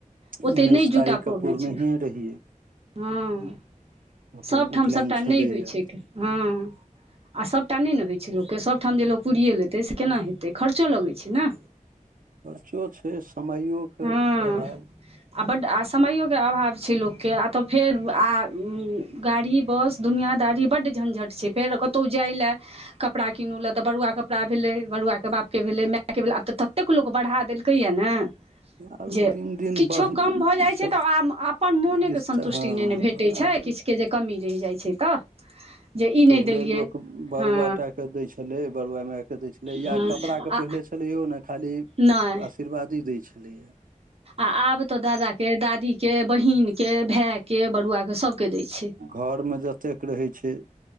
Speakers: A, on the right; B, on the right.
A: ओतेक
B: उन्नैस
A: नहि जुटा
B: तारीखकेँ
A: पबैत
B: पूर
A: छै
B: नहिए रहियै
A: हँ
B: ओतौ
A: सभठाम
B: उपनयन
A: सभटा
B: छलैया
A: नहि होइत छैक हँ आ सभटा नहि ने होइत छै लोक के सबठाम जे लोक पूरियए लेतै से केना हेतै खर्चो लगै छै ने
B: खर्चो छै समायो के
A: हँ
B: अभाव
A: आ बड्ड आ समयोके अभाव छै लोके आ तऽ फेर आ गाड़ी बस दुनिया दारी बड्ड झञझट छै फेर कतहु जाइ लए कपड़ा कीनू ले तऽ बड़ुआ कपड़ा भेलै बड़ुआ के बाप के भेले माय के भेलै आब तऽ ततेक ततेक लोक बढ़ा देलकै या नऽ
B: आब
A: जे
B: दिन दिन
A: किछो
B: बढ़
A: कम भऽ जाइ
B: सब
A: छै तऽ आ अपन मोनेके
B: विस्तार
A: सन्तुष्टि
B: हँ
A: नहि नऽ भेटैत छै
B: आब
A: किछ के जे कमी रहि जाइ छै तऽ जे ई
B: पहिले
A: नहि देलियै
B: लोक बरुआ
A: हँ
B: टा के दै छले बरुआ माायके दै छलै या
A: हँ
B: कपड़ा के
A: आ
B: पहिले छल छलैय ने खाली
A: नहि
B: आशीर्वादी दै छलैया
A: आ आब तऽ दादाके दादीके बहीनके भायके बरुआकेँ सभकेँ दै छैय
B: घरमे जतेक रहै छै